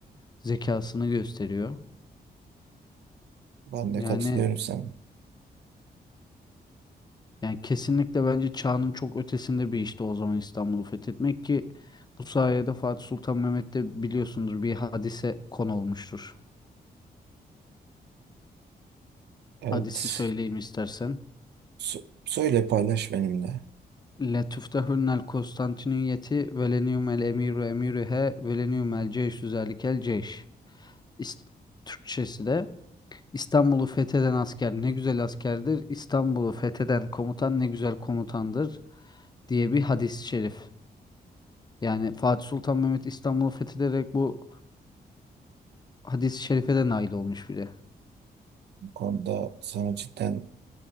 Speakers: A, on the left; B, on the right.
A: zekasını gösteriyor.
B: ben de
A: Yani
B: katılıyorum sana.
A: Yani kesinlikle bence çağının çok ötesinde bir işti o zaman İstanbul'u fethetmek ki bu sayede Fatih Sultan Mehmet de biliyorsundur bir hadise konu olmuştur.
B: Evet
A: Hadisi söyleyeyim istersen.
B: Sö- Söyle paylaş benimle.
A: Letüftehunnel Konstantiniyeti velenium el emiru emiruhe velenium el ceyşü zelikel ceyş. İs- Türkçesi de İstanbul'u fetheden asker ne güzel askerdir, İstanbul'u fetheden komutan ne güzel komutandır diye bir hadis-i şerif. Yani Fatih Sultan Mehmet İstanbul'u fethederek bu hadis-i şerife de nail olmuş bile.
B: Bu konuda sana cidden